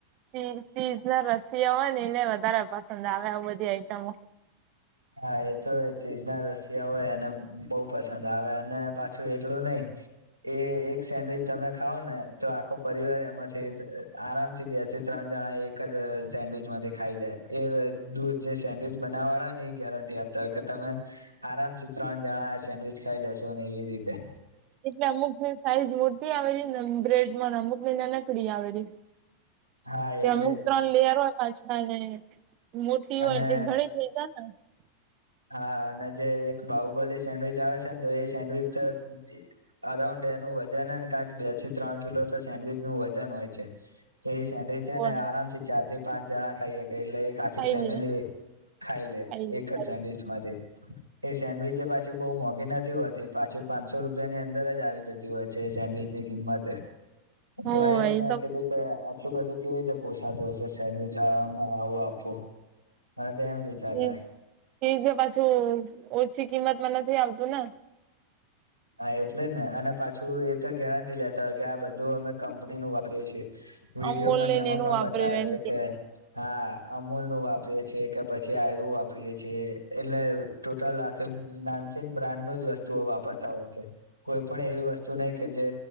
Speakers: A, on the right; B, on the right.
A: ચી ચીઝ ના રસીયા હોય ને, એને વધારે પસંદ આવે આ બધી આઈટમો.
B: <unintelligible> હા, એ તો ચીજ ના રશિયા હોય એને બઉ પસંદ આવે, અને પાછું એટલું નહીં. એ એક સેન્ડવીચ તમે ખાવો ને, તો આખો પરિવાર એમાંથી આરામ થી બે થી ત્રણ. જણા એક જ સેન્ડવીચ માથી ખાઈ જાય, એ દૂધ જે સેન્ડવીચ બનાવા વાળા હોય. ગેરંટી આપતા હોય કે તમે આરામથી ત્રણ જણા‌ આ સેન્ડવીચ ખાઈ લેશો ને એવી રીતે
A: એટલે અમુકની સાઈઝ મોટી આવેલી બ્રેડમાં ન અમુકની નાનકડી આવેલી
B: હા
A: તે
B: એટલે
A: અમુક
B: જ
A: ત્રણ લેયર હોય પાછ <unintelligible> મોટી હોય
B: અને
A: <unintelligible> ઘણી <unintelligible>
B: હા અને જે એક બાહુબલી સેન્ડવીચ આવે છે ન તો એ સેન્ડવીચ તો અરાઉન્ડ એનો વજન <unintelligible> બેથી ત્રણ કિલો તો સેન્ડવીચ નું વજન હોય છે એ સેન્ડવીચ
A: હોવે
B: છેન આરામથી ચાર થી પાંચ જણા ખાઈ એટલે એક આખી
A: ખાઈ
B: ફેમિલી
A: લે
B: ખાય લે
A: ખાઈને
B: એક
A: ખાઈને
B: જ સેન્ડવીચ એ સેન્ડવીચે પાછી બઉ મો એ નથી હોતી પાછી પાંચસો રૂપિયાની અંદર જ આવી જતી હોય છે એ સેન્ડવીચ ની કિંમત.
A: હોય
B: તો એ મે
A: તો
B: કીધું કે એટલું બધું કેવી રીતે પોસાતુ હશે સેન્ડવીચ આવું આપવું- મને તો એમ વિચાર
A: ઠીક
B: થાય
A: છે પાછી ઓછી કિંમત માં નથી આવતું ને.
B: હા એટલે જ ને અને પાછું એ તો ગેરંટી લેતા હોય કે આ બધું અમે કંપની નું વાપરીએ છીએ. વિડીયો
A: અમૂલ
B: મને
A: લઈને
B: એમાં
A: એનું
B: પણ
A: વાપર્યું
B: બતાવે
A: એમ
B: છે. કે હા અમૂલ નું વાપરીયે છીએ કે પછી આયનુ વાપરીએે છીએ એટલે ટોટલ આખી નામચેન બ્રાન્ડ ની જ વસ્તુઓ વાપરતા તા હોય છે. કોઈ પણ એવી વસ્તુ નહી કે જે